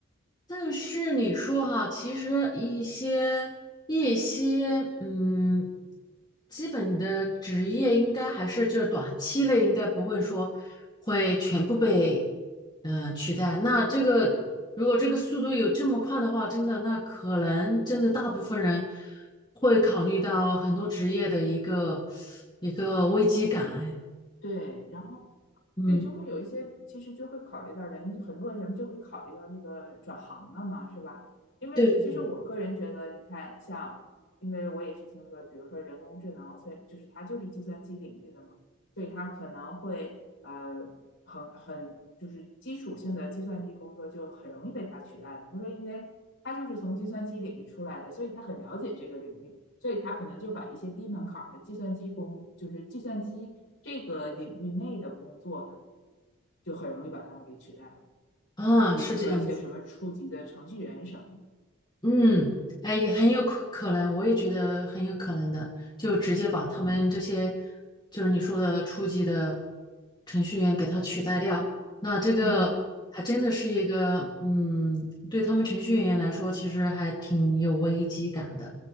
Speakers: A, on the left; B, on the left.
A: 但是你说哈，其实一些一些嗯，基本的职业应该还是就是短期内应该不会说会全部被嗯、呃取代。那这个如果这个速度有这么快的话，
B: 对
A: 真的那可能真的大部分人会考虑到很多职业的一个一个危机感。哎
B: 对，然后。
A: 嗯，
B: 对，就会有一些，其实就会考虑到人们，很多人人们就会考虑到这个转行了嘛，是吧？因为其实我个人觉得，
A: 对，
B: 你看，像，因为我也是听说，比如说人工智能，所以就是它就是计算机领域的嘛，所以它可能会呃很很就是基础性的计算机工作就很容易被它取代了。他说，因为他就是从计算机领域出来的，所以他很了解这个领域。所以他可能就把一些低门槛的计算机工，就是计算机这个领域内的工作，就很容易把他们给取代了，
A: 啊，
B: 比如说一些什么初级的程序员什么的，
A: 是这样。嗯，哎，也很有可可能，我也觉得很有可能的，就直接把他们这些，就是你说的初级的程序员给他取代掉，那这个还真的是一个，
B: 嗯。
A: 嗯，对他们程序员来说，其实还挺有危机感的。